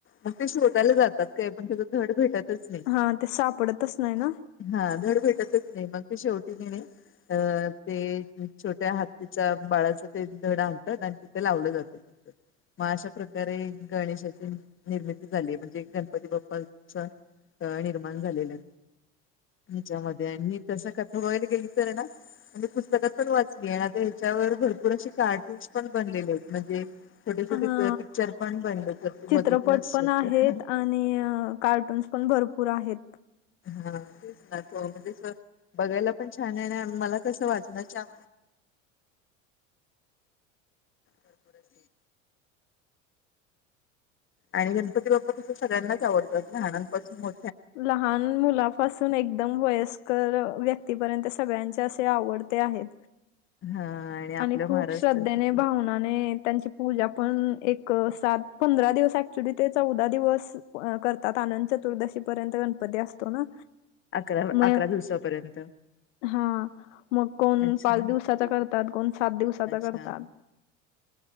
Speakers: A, on the left (about 30°); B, on the left (about 65°).
A: मग ते शोधायला जातात काय, पण त्याचा धड भेटतच नाही.
B: ह ते सापडतच नाही ना?
A: हा धड भेटतच नाही. मग ते शेवटी कीने अ ते छोट्या हातीच्या बाळाच ते धड आणतात, आणि तिथे लावलं जातं. मग अशा प्रकारे गणेशाची निर्मिती झाली. म्हणजे गणपती बाप्पाच्या निर्माण झालेलं हिच्यामध्ये आणि मी तस कथा वगैरे केली तर ना म्हणजे पुस्तकात पण वाचली आणि आता ह्याच्यावर भरपूर असे कार्टून्स पण बनलेले आहेत. म्हणजे छोटे
B: हा
A: छोटे पिक्चर पण बनले, जर तू
B: चित्रपट
A: बघितलं असेल
B: पण
A: तर?
B: आहेत आणि कार्टून्स पण भरपूर आहेत.
A: हा तेच ना तोरणे, बघायला पण छान आहे आणि मला कसं वाटणार छान भरपूर अशी आणि गणपती बाप्पा तस सगळ्यांनाच आवडतात ना, लहानांपासून मो
B: लहान मुलापासून एकदम वयस्कर व्यक्तीपर्यंत सगळ्यांचे असे आवडते आहेत.
A: हा.
B: आणि
A: आपल्या
B: खूप
A: महाराष्ट्रात
B: श्रद्धेने भावना ने त्यांची पूजा पण एक सात -पंधरा दिवस ऍक्चुली ते चौदा दिवस करतात. आनंत चतुर्दशी पर्यंत गणपती असतो ना.
A: अकरा
B: म या
A: अकरा
B: ग
A: दिवसापर्यंत
B: हा, म कोण
A: अच्छा
B: पाच दिवसाचा कर तात, कोण सात दिवसाचा
A: अच्छा
B: करतात.